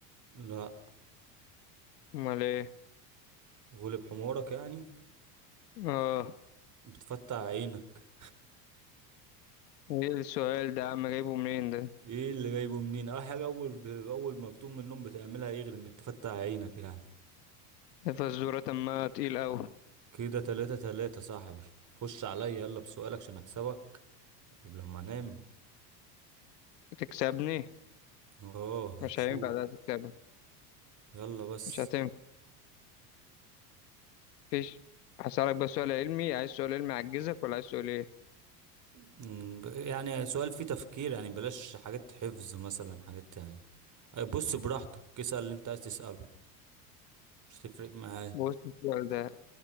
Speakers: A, on the right (about 40°); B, on the left (about 85°).
A: لا
B: امال ايه
A: غلب حمارك يعني
B: اه
A: بتفتح عينك
B: ايه السؤال ده يا عم جايبه منين
A: <laughs>
B: ده
A: ايه اللي جايبه منين اه حاجه اول ب... اول ما بتقوم من النوم بتعملها ايه غير انك تفتح عينك يعني
B: ده فزورة ما تقيل اوي
A: كده تلاتة تلاتة صاحبي خش عليا يلا بسؤالك عشان اكسبك قبل ما انام
B: تكسبني
A: اه
B: مش
A: هتشوف
B: هينفع ده تكسبني
A: يلا بس
B: مش هتنفع مفيش هسألك بس سؤال علمي عايز سؤال علمي يعجزك ولا عايز سؤال ايه
A: مم، ب- يعني سؤال فيه تفكير يعني بلاش حاجات حفظ مثلا حاجات يعني بص براحتك اسأل اللي انت عايز تسأله مش هتفرق معايا
B: بص السؤال ده